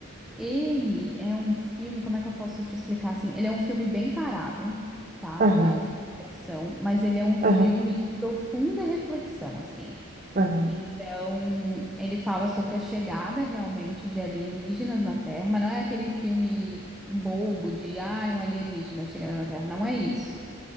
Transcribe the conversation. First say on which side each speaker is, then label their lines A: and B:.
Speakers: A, in the centre; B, on the right (about 40°).
A: Ele é um filme, como é que eu posso te explicar assim? Ele é um filme bem parado, tá?
B: Aham.
A: Não é um filme de ação, mas ele é um filme
B: Aham.
A: de profunda reflexão, assim.
B: Aham.
A: Então, ele fala sobre a chegada realmente de alienígenas na Terra, mas não é aquele filme bobo de, ah, um alienígena chegando na Terra, não é isso.